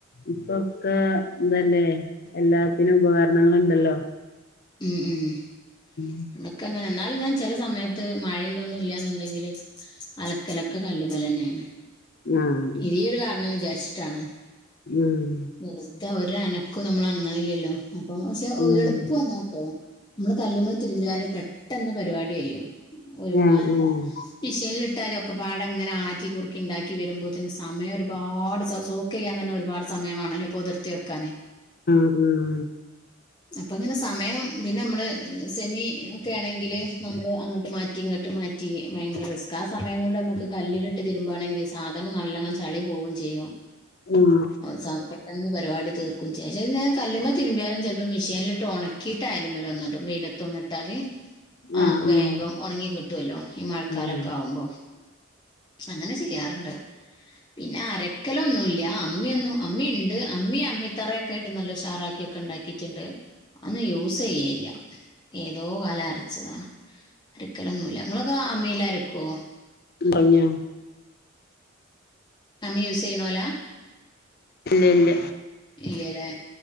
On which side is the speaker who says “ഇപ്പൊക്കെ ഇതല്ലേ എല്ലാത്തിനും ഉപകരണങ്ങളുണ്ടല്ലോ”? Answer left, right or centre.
Left